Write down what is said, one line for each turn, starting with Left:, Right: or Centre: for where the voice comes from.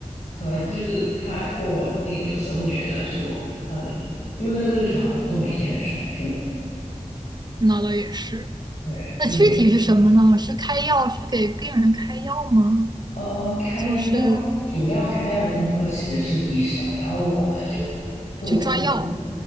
Left: 可能就是太过稳定，有时候会觉得就很，因为那个日常工作每天很重复，
Right: 那倒也是。
Left: 对，
Right: 那具体是什么呢？
Left: 就每
Right: 是开药，是给病人开药吗？
Left: 呃，开药，
Right: 就是
Left: 主要开药的工作其实是医生，然后我们就负责就可能
Right: 去抓药